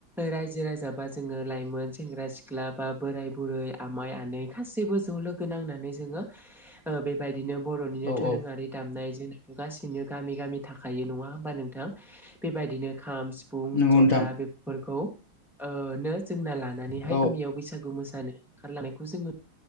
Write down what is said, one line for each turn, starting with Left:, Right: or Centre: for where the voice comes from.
Centre: राय जिरा जा जाबा जोङो लाइमोन सेंग्रा सिख्ला- सिख्ला बा बोराय बुरै आमाय आनै गासैबो ज'लोगो नांनानै जोङो बेबायदि बिदिनो बर'निनो
Left: औ
Centre: दोरोङारि
Left: औ
Centre: दामनाय जोंनाथ' गासिनो गामि गामि थाखायो नङा होमबा नोंथां बेबायदिनो खाम सिफुं,
Left: नंगौ
Centre: जथा
Left: नोंथां
Centre: ओ बेफोरखौनो जोंना लानो
Left: औ
Centre: गामियाव बैसागु मोसानो ओंखारलानायखौ जोङो